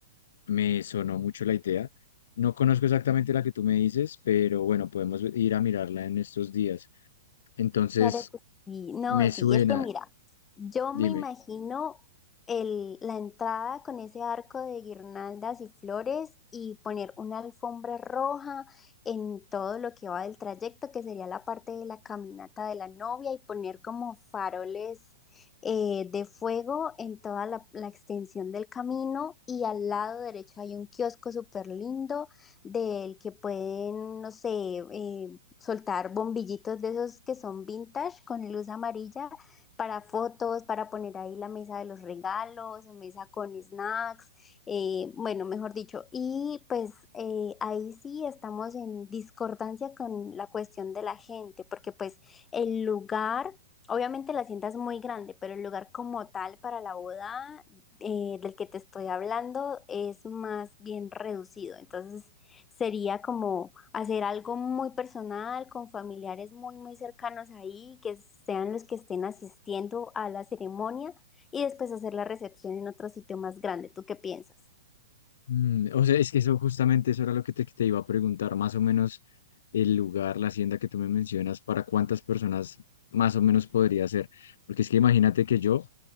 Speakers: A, on the left; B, on the left.
A: Me sonó mucho la idea. No conozco exactamente la que tú me dices, pero bueno, podemos ir a mirarla en estos días. Entonces,
B: Claro que sí. No,
A: me
B: sí,
A: suena,
B: es que mira, yo
A: dime.
B: me imagino el, la entrada con ese arco de guirnaldas y flores y poner una alfombra roja en todo lo que va del trayecto, que sería la parte de la caminata de la novia, y poner como faroles eh, de fuego en toda la, la extensión del camino. Y al lado derecho hay un kiosco súper lindo del que pueden, no sé, eh, soltar bombillitos de esos que son vintage con luz amarilla para fotos, para poner ahí la mesa de los regalos, mesa con snacks, eh, bueno, mejor dicho. Y pues eh, ahí sí estamos en discordancia con la cuestión de la gente, porque pues el lugar... Obviamente la hacienda es muy grande, pero el lugar como tal para la boda eh, del que te estoy hablando es más bien reducido. Entonces, sería como hacer algo muy personal con familiares muy, muy cercanos ahí, que sean los que estén asistiendo a la ceremonia y después hacer la recepción en otro sitio más grande. ¿Tú qué piensas?
A: Mm, o sea, es que eso justamente eso era lo que te, te iba a preguntar, más o menos el lugar, la hacienda que tú me mencionas, para cuántas personas más o menos podría ser. Porque es que imagínate que yo